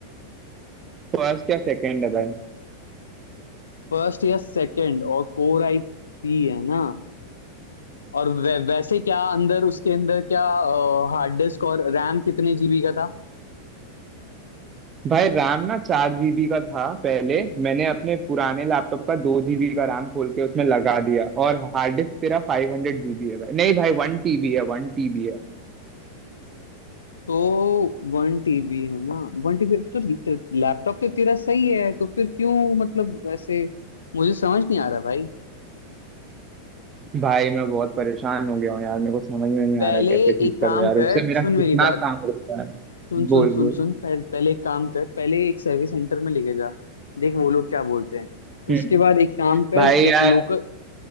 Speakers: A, on the right; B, on the left.
A: फर्स्ट या सेकंड है भाई
B: फर्स्ट या सेकंड और कोर आई थ्री है ना और वै, वैसे क्या अंदर उसके अंदर क्या हार्ड डिस्क और रैम कितने जीबी का था
A: भाई रैम ना चार जीबी का था पहले मैंने अपने पुराने लैपटॉप का दो जीबी का रैम खोल के उसमें लगा दिया और हार्ड डिस्क तेरा फाइव हंड्रेड जीबी है भाई नहीं भाई वन टीबी है वन टीबी है
B: तो वन टीबी है ना One TB तो लैपटॉप तो तेरा सही है तो फिर क्यों मतलब ऐसे मुझे समझ नहीं आ रहा भाई
A: भाई मैं बहुत परेशान हो गया हूँ यार मेरे को समझ में नहीं
B: पहले
A: आ रहा है कैसे ठीक
B: एक काम
A: करो यार
B: कर
A: उससे मेरा
B: सुन
A: कितना
B: मेरी बात
A: काम रुका है
B: सुन सुन
A: बोल
B: सुन
A: बोल
B: सुन पहले, पहले एक काम कर पहले एक सर्विस सेंटर में लेके जा देख वो लोग क्या बोलते हैं
A: हम्म
B: उसके बाद एक काम कर
A: भाई
B: एक
A: यार
B: लोकल